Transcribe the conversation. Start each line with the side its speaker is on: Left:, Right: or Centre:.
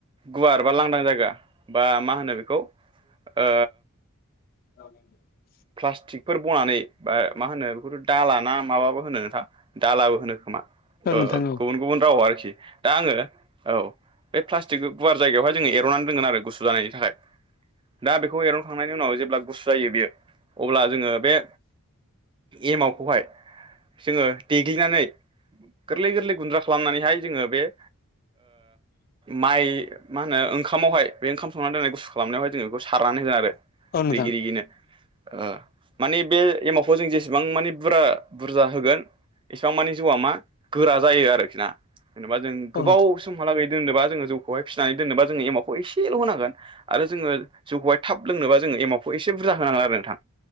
Right: गुवार बा लांदां जायगा बा मा होनो बेखौ ओ
Left: <unintelligible>
Right: प्लास्टिकफोर बनानै बा मा होनो दालााना माबाबो होनो नोंथां। दालाबो होनो खोमा
Left: औ नोंथां
Right: गुबुन गुबुन राव आरोखि दा आङो औ बे प्लास्टिक गुवार जायगायावहाय जोङो एर'नानै रोंगोन आरो गुसु जानायनि थाखाय दा बेखौ एरनखांनायनि उनाव जेब्ला गुसु जायो बेयो अब्ला जोङो बे एमआावखौहाय जोङो देग्लिनानै गोरलै गोरलै गुन्द्रा खालामनानैहाय जोङो बे माइ मा होनो ओंखामावहाय बे ओंखाम संनानै दोननाय गुसु खालामनायावहाय जोंङो बेखौ सारनानै होयो आरो
Left: औ नोंथां
Right: रिगि रिग नो ओ माने बे एमावखौ जों जेसेबां माने बुरजा होगोन एसेबां मानि जौआ मा गोरा जायो। आरोखि ना जेनेबा जों
Left: औ
Right: गोबाव
Left: नोंथां
Right: समहागै दोनबा जोङो जौखौहाय फिनानै दोनोबबा जोंङो एमावखौ एसेल' होनांगोन आरो जोङो जौखौहाय थाब लोंनोबा जोङो एमावखौ एसे बुरजा होनांगोन आरो नोंथां।